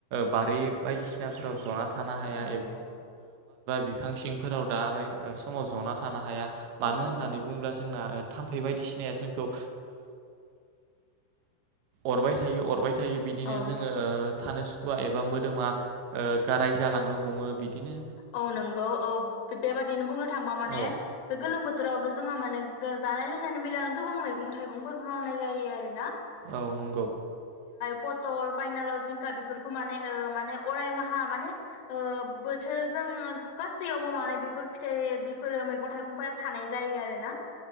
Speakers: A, on the right; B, on the left.
A: बारि बायदि सिनाफ्राव जना थानो हाया।
B: औ नंगौ
A: बिफां सिंफोराव दाबायदि समाव जना थानो हाया
B: औ
A: मानो
B: औ
A: होननानै बुङोब्ला जों। जोंना थाम्फै बायदिसिनाया जोंखौ। अरबाय थायो अरबाय थायो बिदिनो
B: औ
A: जोंङो थानो। सुखुआ एबा मोदोमा गाराय जालांनो हमो। बिदिनो
B: औ नंगौ औ बेबादिनो बुंनो थांबा माने
A: ओ
B: बे गोलोम बोथोर। <inaudible> जोंहा माने जानाय लोंनायनि बेलायावनो गोबां मैगं थाइगंफोरबो मावनाय जायो आरो ना।
A: औ नंगौ।
B: पथल फानिलाव जिंखा बेफोरखौ माने माने अराय माहा माने बो। बोथोरजों गासैयावबो माने बेफोर फिथाइ बेफोरो मैगं थाइगंफोरा थानाय जायो आरोना।